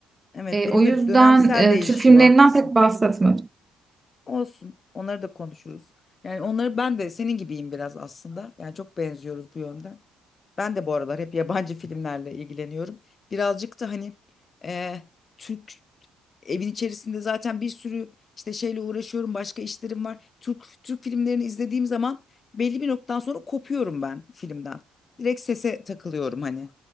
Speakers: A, on the left (about 35°); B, on the right (about 20°).
A: Evet
B: E,
A: benim
B: o yüzden
A: de dönemsel
B: e,
A: değişiyor.
B: Türk filmlerinden
A: Haklısın.
B: pek bahsetmedim.
A: Olsun. Onları da konuşuruz. Yani onları ben de senin gibiyim biraz aslında. Yani çok benziyoruz bu yönden. Ben de bu aralar hep yabancı filmlerle ilgileniyorum. Birazcık da hani eh, Türk evin içerisinde zaten bir sürü işte şeyle uğraşıyorum, başka işlerim var. Türk Türk filmlerini izlediğim zaman belli bir noktadan sonra kopuyorum ben filmden. Direkt sese takılıyorum hani.